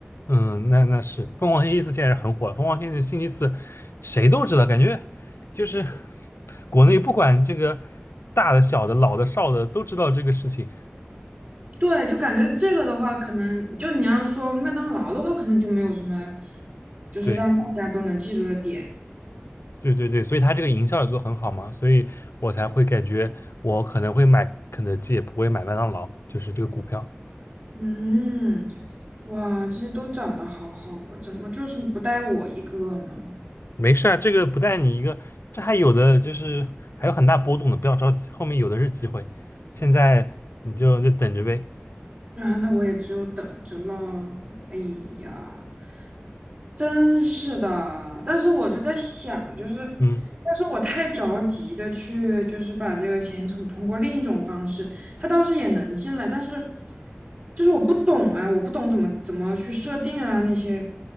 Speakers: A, on the left; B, on the right.
A: 嗯，那那是凤凰星期四现在是很火了，凤凰星期星期四谁都知道，感觉就是国内不管这个大的、小的、老的、少的都知道这个事情。
B: 对，就感觉这个的话，可能就你要说麦当劳的话，可能就没有什么，就是让大家都能记住的点。
A: 对。对对对，所以它这个营销也做得很好嘛，所以我才会感觉我可能会买肯德基，也不会买麦当劳，就是这个股票。
B: 嗯，哇，这些都长得好好啊，怎么就是不带我一个呢？
A: 没事啊，这个不带你一个，这还有的就是还有很大波动的，不要着急，后面有的是机会，现在你就就等着呗。
B: 啊，那我也只有等着了。哎呀，真是的，但是我就在想，就是，要是我太着急的去，
A: 嗯。
B: 就是把这个钱从通过另一种方式，他倒是也能进来，但是就是我不懂啊，我不懂怎么怎么去设定啊那些，